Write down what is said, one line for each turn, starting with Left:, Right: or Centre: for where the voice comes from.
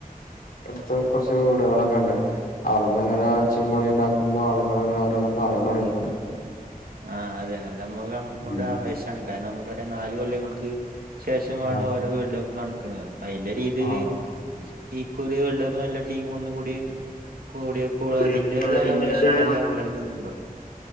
Left: അടുത്ത് കുറച്ച് വീടുകളൊക്കെണ്ട് അവിടെന്ന് ഇങ്ങനെ ഒച്ചെമുളി ഉണ്ടാക്കുമ്പ ആളുകളങ്ങന ഓരോന്ന് പറയാൻ തുടങ്ങിക്ക്‌ണ്
Right: ആഹ് അതെ അത് നമ്മുക്ക് നമ്മുടെ
Left: ഉം
Right: ആവേശാണ് കാരണം നമുക്കറിയ നാല് കൊല്ലങ്ങൾക്ക് ശേഷമാണ്
Left: ആഹ്
Right: ഓരോ വേൾഡ് കപ്പ് നടക്കണത് അപ്പൊ അയ്ന്റെ രീതില്
Left: ആഹ്
Right: ശെ ഒരു വേൾഡ് കപ്പ് നല്ല ടീം ഒന്നും കൂടിം കൂടിയപ്പോൾ
Left: കൂടിയപ്പോ
Right: അതിന്റേതായ
Left: അതിന്റേതായ
Right: ആവേശം എല്ലാം പലട്ത്തും ഉണ്ടാവും